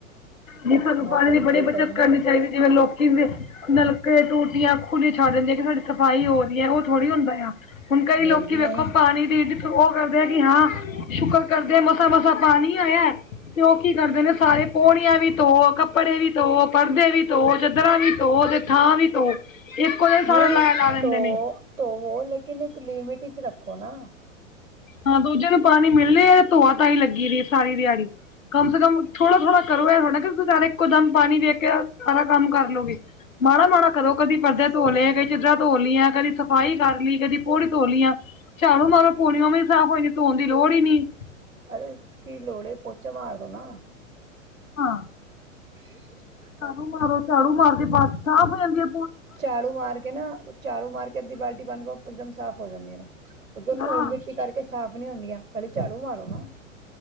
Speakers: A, on the left; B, on the right.
A: ਜ ਸਾਨੂੰ
B: ਮੈਂ
A: ਪਾਣੀ
B: ਤਾਂ
A: ਦੀ
B: ਇੰਜੋਏ
A: ਬੜੀ ਬੱਚਤ ਕਰਨੀ
B: ਆ
A: ਚਾਹੀਦੀ। ਜਿਵੇਂ ਲੋਕੀ ਦੇ ਨਲਕੇ, ਟੂਟੀਆਂ ਖੁੱਲੀਆਂ ਛੱਡ ਦਿੰਦੇਆਂ। ਕਿ ਸਾਡੀ ਸਫ਼ਾਈ ਹੋ ਰਹੀ ਹੈ। ਉਹ ਥੋੜ੍ਹੀ ਹੁੰਦਾ ਆ। ਹੁਣ ਕਈ
B: ਨਹੀਂ
A: ਲੋਕੀ
B: ਜੀ ਨਹੀਂ
A: ਵੇਖੋ ਪਾਣੀ ਦੀ ਉਹ ਕਰਦੇ ਆ। ਕਿ ਹਾਂ ਸ਼ੁਕਰ ਕਰਦੇ ਆ। ਮਸਾਂ ਮਸਾਂ ਪਾਣੀ ਹੋਇਆ। ਉਹ ਕੀ ਕਰਦੇ ਨੇ। ਸਾਰੇ ਪੋਣੀਆਂ ਵੀ ਧੋ ਕੱਪੜੇ ਵੀ ਧੋ ਪਰਦੇ ਵੀ ਧੋ ਚਾਦਰਾਂ ਵੀ ਧੋ ਥਾਂ ਵੀ ਤੋ। ਇੱਕੋ ਦਿਨ ਸਾਰਾ
B: ਨਹੀਂ
A: ਲਾਇਆ ਲਾ ਦਿੰਦੇ
B: ਧੋ
A: ਨੇ।
B: ਧੋਵੋ ਲੇਕਿਨ ਇੱਕ ਲਿਮਿਟ ਵਿਚ ਰੱਖੋ ਨਾ।
A: ਹਾਂ ਦੋਜੇ ਨੂੰ ਪਾਣੀ ਮਿਲਲੇ ਆ। ਤੇ ਧੋਆ ਤਾਂ ਹੀ ਲੱਗੀ ਰ ਸਾਰੀ ਦਿਹਾੜੀ ਕਮ ਸੇ ਕਮ ਥੋੜਾ ਥੋੜਾ। ਕਰੋ ਇਹਥਣਾ ਕਿਸੀਂ ਸਾਰੇ ਇੱਕੋ ਦਮ ਪਾਣੀ ਦੇ ਕੇ ਸਾਰਾ ਕੰਮ ਕਰ ਲੋਗੇ ਮਾੜਾ ਮਾੜਾ ਕਰੋ ਦੀ ਪਰਦੇ
B: ਸਹੀ
A: ਧੋ ਲਏਈ
B: ਗੱਲ
A: ਚਿੱਧਰਾਂ
B: ਹੈ
A: ਧੋ। ਦੀਆ ਕਦੀ ਸਫ਼ਾਈ ਕਰ ਲਈ। ਕਦੀ ਪੌੜੀ ਧੋ ਲਈਆਂ ਝਾੜੂ ਮਾਰੋ ਪੋਣੀਆਂ ਵੀ ਕੋਈ ਧੋਣ ਦੀ ਲੋੜ ਹੀ ਨੀ।
B: ਅਰੇ ਕੀ ਲੋਹੜੇ ਪੋਚੇ ਮਾਰਦੋ ਨਾ।
A: ਹਾਂ
B: ਹ
A: ਝਾੜੂ ਮਾਰੋ ਝਾੜੂ ਮਾਰ ਫਰਸ਼ ਸਾਫ ਹੋ ਜਾਦੀ ਆ।
B: ਚਾੜੂ ਮਾਰ ਕੇ ਨਾ। ਝਾੜੂ ਮਾਰ ਕੇਟ ਦੀ ਬਾਲਟੀ ਬੰਨ ਇੱਕਦਮ ਸਾਫ਼ ਹੋ ਜਾਂਦੀਆਂ। ਨੇ ਉਹ
A: ਹਾਂ
B: ਧੂਲ ਮਿੱਟੀ ਕਰਕੇ। ਸਾਫ਼ ਨੀ ਹੁੰਦੀਆਂ। ਪਹਿਲੇ ਝਾੜੂ ਮਾਰੋ ਨਾ